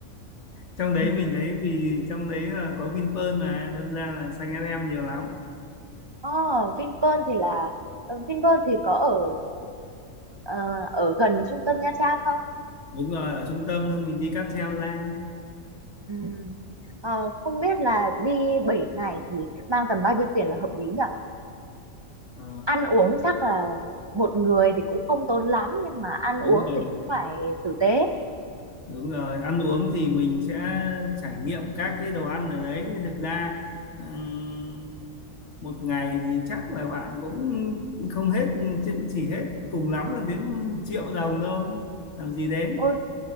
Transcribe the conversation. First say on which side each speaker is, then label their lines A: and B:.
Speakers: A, on the left; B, on the right.
A: trong đấy
B: <laughs>
A: mình thấy vì trong đấy là có Vinpearl mà đâm ra là xanh ét em nhiều lắm
B: Ờ, Vinpearl thì là ờ, Vinpearl thì có ở ờ, ở gần trung tâm Nha Trang không?
A: đúng rồi ở trung tâm xong mình đi cáp treo ra
B: Ừ. Ờ, không biết là đi 7 ngày thì mang tầm bao nhiêu tiền là hợp lý nhỉ?
A: Ờ,
B: Ăn uống chắc là một người thì cũng không tốn lắm nhưng mà ăn
A: đúng
B: uống
A: rồi
B: thì cũng phải tử tế.
A: Đúng rồi, ăn uống thì mình sẽ trải nghiệm các cái đồ ăn ở đấy. Thực ra ừm, một ngày thì chắc là bạn cũng không hết, chứ chỉ hết cùng lắm là đến triệu đồng thôi. Làm gì đến?
B: Ôi,